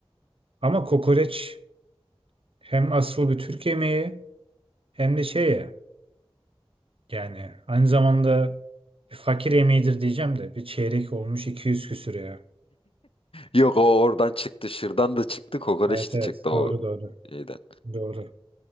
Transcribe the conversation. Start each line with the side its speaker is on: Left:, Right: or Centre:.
Right: Ama kokoreç hem asıl bir Türk yemeği hem de şey ya. Yani aynı zamanda bir fakir yemeğidir diyeceğim de bir çeyrek olmuş 200 küsür ya.
Left: Yok o oradan çıktı. Şırdan da çıktı. Kokoreç
Right: Evet
Left: de
Right: evet
Left: çıktı o
Right: doğru doğru
Left: şeyden.
Right: doğru.